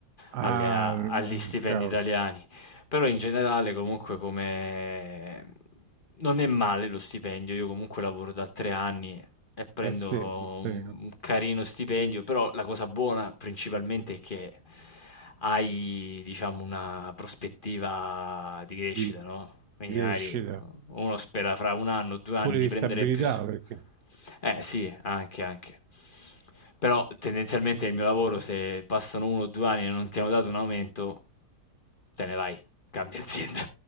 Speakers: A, on the right; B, on the left.
A: ah,
B: alle- a- agli stipendi
A: cavolo.
B: italiani. Però in generale comunque come... non è male lo stipendio, io comunque lavoro da tre anni e prendo
A: Eh sì, sì,
B: un un carino stipendio, però la cosa buona principalmente è che hai, diciamo, una prospettiva di crescita,
A: di
B: no? Quindi
A: crescita.
B: magari uno spera fra un anno, due
A: pure
B: anni di
A: di
B: prendere
A: stabilità
B: più... s-
A: perché
B: Eh sì, anche, anche. Però tendenzialmente il mio lavoro, se passano uno o due anni e non ti hanno dato un aumento, te ne vai cambia azienda.